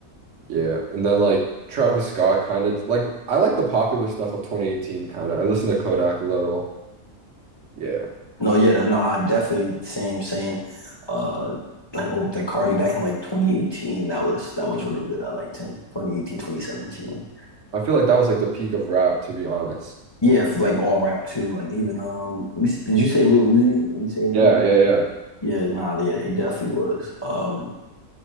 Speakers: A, on the right; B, on the left.
A: Yeah, and then like Travis Scott kind of like I like the popular stuff of 2018 kind of. I listened to Kodak a little. Yeah.
B: No, yeah, no, I definitely same same. Uh, like oh, the Cardi back in like 2018. That was that was really good. I liked him. 2018, 2017.
A: I feel like that was like the peak of rap to be honest.
B: Yeah, if like all rap too. Like even um, we, did you say Lil Uzi? Did you say anything
A: Yeah,
B: about?
A: yeah, yeah.
B: Yeah, nah, yeah, he definitely was. Um,